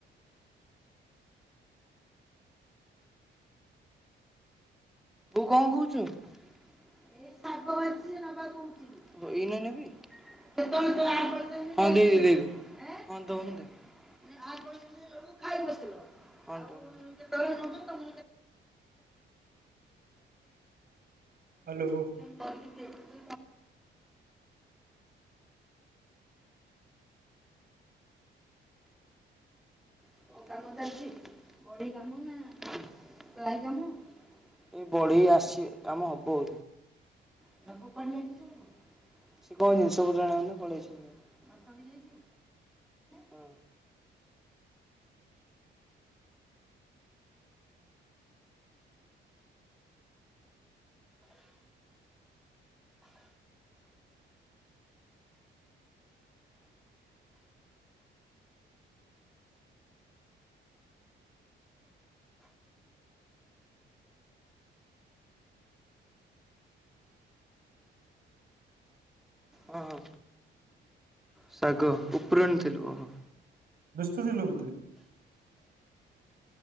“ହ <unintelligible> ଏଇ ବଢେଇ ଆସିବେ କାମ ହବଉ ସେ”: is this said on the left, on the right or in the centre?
Centre